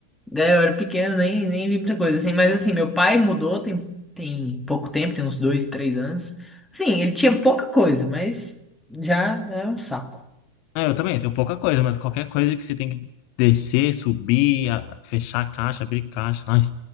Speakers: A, in the centre; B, on the left.
A: Daí eu era pequeno, nem, nem vi muita coisa, assim. Mas, assim, meu pai mudou tem, tem pouco tempo, tem uns dois, três anos. Sim, ele tinha pouca coisa, mas já é um saco.
B: É, eu também tenho pouca coisa, mas qualquer coisa que você tem que descer, subir, a- fechar a caixa, abrir caixa. Ai,